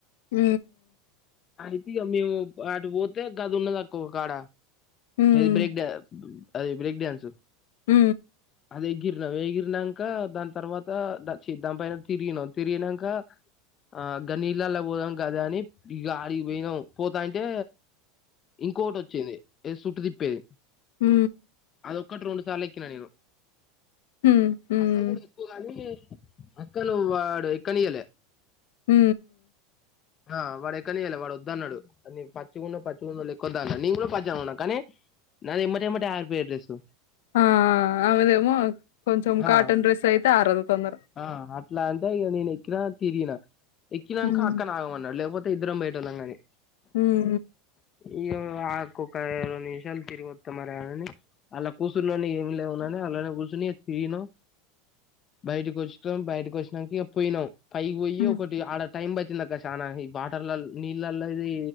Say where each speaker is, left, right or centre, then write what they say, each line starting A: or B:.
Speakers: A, on the left; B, on the left.
A: ఊ
B: అయితే ఇగ మేము అటు పోతే గది ఉన్నది అక్క కాడ
A: ఉమ్
B: అది బ్రేక్ అది బ్రేక్ డ్యాన్సు
A: ఉ
B: అది ఎగిరినాం ఎగిరినంక దాని తర్వాత దాని పైన తిరిగినా తిరిగినంక ఆ గనీల్లాల్లా పోదాం కదా అని అడిగి పోయినాం పోతా అంటే ఇంకోటి వచ్చింది చుట్టు తిప్పేది
A: ఉ
B: ఒక్కటి రెండు సార్లు ఎక్కినా నేను
A: ఉమ్ ఉమ్
B: అక్క కూడా ఎక్కువగానీ అక్కను వాడు ఇక్కనియలే
A: ఉ
B: ఆ వాడు ఎక్కనీయల వాడు వద్దు అన్నాడు పచ్చికుండ పచ్చిగుండో లెక్కొద్దు అన్నా నేను కూడా పచ్చన్నా కానీ నాది ఎమ్మటె ఎమ్మట ఆరుపియడ్రసు
A: ఆ ఆమెదేమో కొంచెం కాటన్
B: ఆ
A: డ్రెస్ అయితే ఆరదు తొందర
B: ఆ అట్లా అంటే నేను ఎక్కినా తిరిగిన ఎక్కినంక
A: ఉమ్
B: న్నా లేకపోతే ఇద్దరం బయటోళ్ళం కాని
A: ఉమ్
B: ఇ నాకుఒక ఇరవై నిమిషాలు తిరిగి వస్తా మరి అని అలా కూసుర్లోని ఏమి లేవునని అలానే కూసు న్ తిను బయటకి వచ్చాం బయటకి వచ్చినంక ఇగ పోయినాం పైకి పోయి
A: ఉమ్
B: ఒకటి ఆడ టైం పట్టిందక్ క్క చాన ఈ బాటర్ల నీళ్ళల్లోది